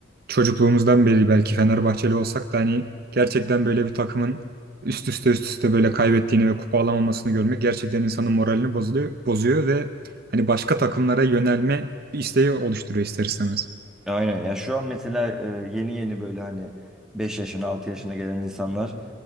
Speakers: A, on the right; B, in the centre.
A: çocukluğumuzdan beri belki Fenerbahçeli olsak da hani gerçekten böyle bir takımın üst üste üst üste böyle kaybettiğini ve kupa alamamasını görmek gerçekten insanın moralini bozuluyor, bozuyor ve hani başka takımlara yönelme bir isteği oluşturuyor ister istemez.
B: Aynen ya şu an mesela e, yeni yeni böyle hani 5 yaşına 6 yaşına gelen insanlar